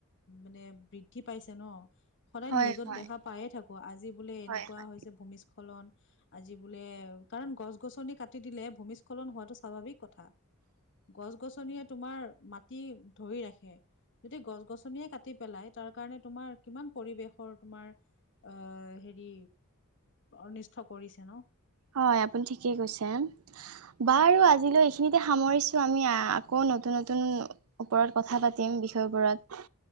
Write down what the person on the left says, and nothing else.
মানে বৃদ্ধি পাইছে ন! সদায়
নিউজত
দেখা পায়ে থাকো আজি বোলে এনেকুৱা
হৈছে ভূমিস্খলন আজি বোলে কাৰণ গছ গছনি কাটি দিলে ভূমিস্খলন হোৱাটো স্বাভাৱিক কথা। গছ-গছনিয়ে তোমাৰ মাটি ধৰি ৰাখে। যদি গছ গছনিয়ে কাটি পেলাই তাৰ কাৰণে তোমাৰ কিমান পৰিৱেশৰ তোমাৰ আহ হেৰি অনিষ্ট কৰিছে ন!